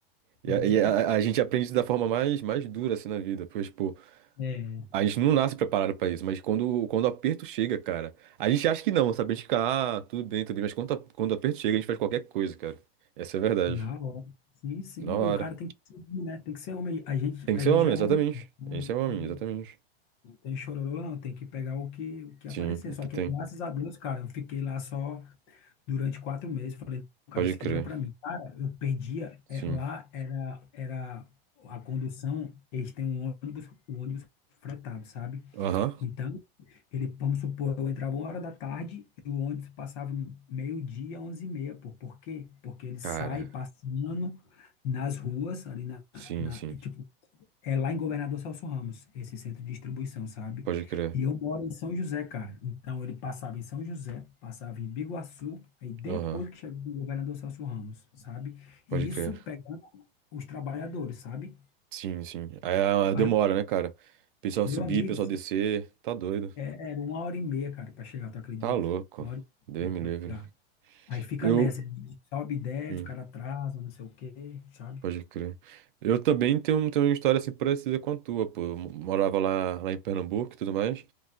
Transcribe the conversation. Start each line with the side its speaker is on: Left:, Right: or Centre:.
Right: E
Left: Pois
Right: a, e
Left: é.
Right: a- a gente aprende da forma mais, mais dura, assim, na vida. Porque, tipo,
Left: É,
Right: a gente não nasce preparado pra isso, mas quando, quando o aperto chega, cara, a gente acha que não, sabe? A gente fica, ah, tudo bem, tudo bem, mas quando, a- quando o aperto chega, a gente faz qualquer coisa, cara. Essa é a verdade.
Left: na hora. Sim, sim.
Right: Na hora.
Left: E o cara tem que ser homem, né? Tem que ser homem. A gente,
Right: Tem
Left: a
Right: que ser
Left: gente
Right: homem,
Left: é
Right: exatamente.
Left: homem, pô. Não
Right: A gente é homem,
Left: tem,
Right: exatamente.
Left: não tem chororô, não. Tem que pegar o que, o que
Right: Sim,
Left: aparecer.
Right: o
Left: Só
Right: que
Left: que,
Right: tem.
Left: graças a Deus, cara, eu fiquei lá só durante quatro meses. Falei, "Não, cara,
Right: Pode
Left: isso aqui
Right: crer.
Left: não é pra mim. Cara, eu perdia. é,
Right: Sim.
Left: lá era, era a condução. Eles têm um ônibus, o ônibus fretado, sabe?
Right: Aham.
Left: Então, ele, vamos supor, eu entrava uma hora da tarde e o ônibus passava meio-dia, onze e meia, pô. Por quê? Porque ele sai
Right: Cara,
Left: passando nas ruas, ali na,
Right: sim,
Left: na-
Right: sim.
Left: e, tipo, é lá em Governador Celso Ramos, esse centro de distribuição, sabe?
Right: Pode crer.
Left: E eu moro em São José, cara. Então, ele passava em São José, passava em Biguaçu, aí depois
Right: Aham,
Left: que chegou o Governador Celso Ramos, sabe?
Right: pode
Left: E isso
Right: crer.
Left: pegando os trabalhadores, sabe?
Right: Sim, sim. Aí ah, demora,
Left: Aí,
Right: né, cara? Pessoal
Left: meu
Right: subir,
Left: amigo,
Right: pessoal descer. Tá doido.
Left: É, era uma hora e meia, cara, pra chegar, tu acredita?
Right: Tá louco.
Left: Uma hora e
Right: Deus
Left: meia,
Right: me
Left: cara, pra
Right: livre.
Left: chegar. Aí fica
Right: Eu.
Left: nessa, de- de sobe e desce,
Right: Sim,
Left: o cara atrasa, não sei o quê, sabe?
Right: pode crer. Eu também tenho, um- tenho uma história assim parecida com a tua, pô. Eu mo- Morava lá, lá em Pernambuco e tudo mais.